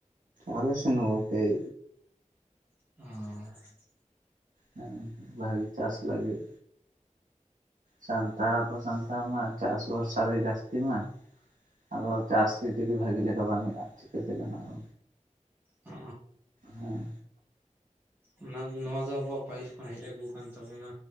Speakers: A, on the right; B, on the right.
A: ᱟᱞᱮ ᱥᱮᱱ ᱦᱚ ᱜᱚᱝᱠᱮᱭ
B: ᱚ᱾
A: ᱦᱮᱸ ᱵᱷᱟᱜᱤ ᱪᱟᱥ ᱞᱟᱹᱜᱤᱫ ᱥᱟᱱᱛᱟᱲ ᱟᱵᱚ ᱥᱟᱱᱛᱟᱲ ᱢᱟ ᱪᱟᱥ ᱵᱷᱚᱨᱥᱟ ᱨᱮᱜᱮ ᱡᱟᱥᱛᱤ ᱢᱟ ᱟᱫᱚ ᱪᱟᱥ ᱡᱩᱫᱤ ᱵᱷᱟᱜᱤ ᱞᱮᱠᱟ ᱵᱟᱝ ᱦᱩᱭᱩᱜᱼᱟ ᱪᱤᱠᱟᱹᱛᱮ ᱜᱟᱱᱚᱜᱼᱟ᱾
B: ᱚ᱾
A: ᱦᱮᱸ᱾
B: ᱚᱱᱟ ᱱᱚᱣᱟ ᱫᱚ ᱟᱵᱩᱣᱟᱜ ᱯᱟᱹᱦᱤᱞ ᱠᱷᱚᱱ ᱦᱮᱡ ᱟᱹᱜᱩ ᱠᱟᱱᱟᱱ ᱛᱟᱵᱚᱱᱟ᱾